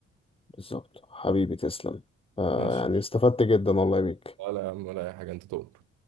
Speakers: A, on the left; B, on the right.
A: بالظبط حبيبي تسلم آه
B: ماشي
A: يعني استفدت جدا والله بيك
B: لا لا يا عم ولا اي حاجه انت تؤمر